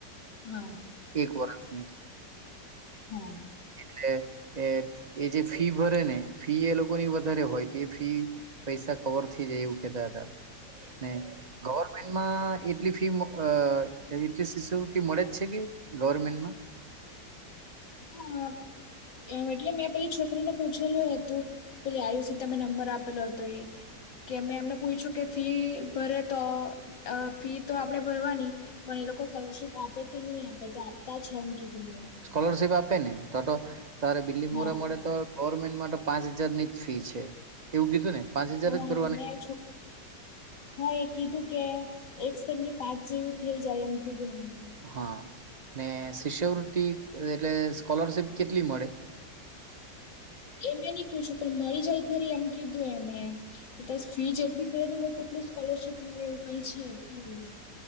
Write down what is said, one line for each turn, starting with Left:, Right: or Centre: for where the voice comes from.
Left: હા
Right: એક વર્ષની
Left: હમ્મ.
Right: એટલે એ જે ફી ભરે ને ફી એ લોકો. ની વધારે હોય તે ફી પૈસા કવર થઈ જાય એવું કહેતા હતા. ને ગવર્મેન્ટમાં એટલી ફી અ એટલી શિષ્યવૃતિ મળે જ છે કે ગવર્મેન્ટમાં. <inaudible>
Left: હા. એમ એટલે મેં પેલી છોકરીને પૂછેલું હતું પેલી આયુષી તમે નંબર આપેલો હતો. તો એ કે મેં એમને પૂછ્યું. કે ફી ભરે તો અ ફી તો આપડે ભરવાની પણ એ લોકો સ્કોલરશીપ આપે નહી આપે તો આપતા છે એમ કીધું. મને
Right: સ્કોલરશીપ આપે ને તોતો તારે બિલ્લી મોરા
Left: હા
Right: મળે તો ગવર્મેન્ટ માટે પાંચ હજારની જ ફી છે એવું કીધું ને. પાંચ હજાર
Left: હા
Right: જ ભરવાની
Left: એ મેં છોક હા એ કીધું કે એક સેમની પાંચ જેવી થઈ જાય એમ કીધું. એમણે.
Right: હા અને શિષ્યવૃત્તિ એટલે સ્કોલરશીપ કેટલી મળે?
Left: એમે ની પૂછ્યું પણ મળી જાય ખરી એમ કીધું એમણે એસ ફી જેટલી ભરેલી હોય તે ટલું સ્કોલરશીપ મળે એવું કઈ છે ખરું.